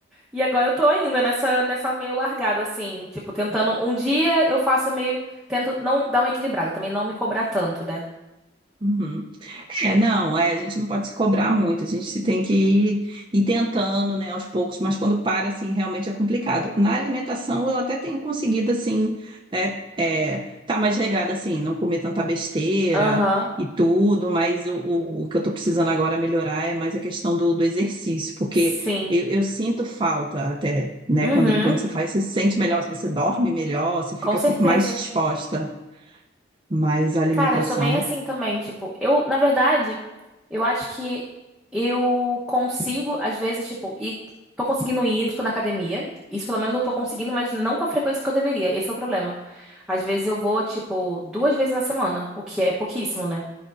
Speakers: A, in the centre; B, on the right.
A: E agora eu tô ainda nessa, nessa meio largada, assim, tipo, tentando. Um dia eu faço meio. Tento não dar uma equilibrada, também não me cobrar tanto, né?
B: Uhum. É, não, é, a gente não pode se cobrar muito, a gente se tem que ir, ir tentando, né, aos poucos, mas quando para, assim, realmente é complicado. Na alimentação, eu até tenho conseguido, assim, né, é, tá mais regrada, assim, não comer tanta besteira
A: Aham,
B: e tudo, mas o, o, o que eu tô precisando agora melhorar é mais a questão do, do exercício, porque
A: sim.
B: eu, eu sinto falta até, né,
A: Uhum,
B: quando, quando você faz, você se sente melhor, você dorme melhor, você fica
A: com certeza.
B: com- mais disposta, mas a alimentação,
A: Cara, eu sou bem assim também, tipo, eu, na verdade, eu acho que eu consigo, às vezes, tipo, e tô conseguindo ir, tipo, na academia. Isso pelo menos eu tô conseguindo, mas não com a frequência que eu deveria. Esse é o problema. Às vezes eu vou, tipo, duas vezes na semana, o que é pouquíssimo, né?